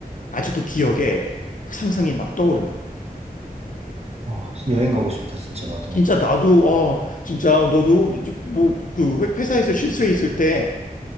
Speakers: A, on the left (about 60°); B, on the right (about 40°).
A: 아직도 기억에 막 상상이 막 떠올려.
B: 아, 여행 가고 싶다, 진짜, 나도.
A: 진짜 나도 어 진짜 너도 뭐 그 회사에서 쉴 수 있을 때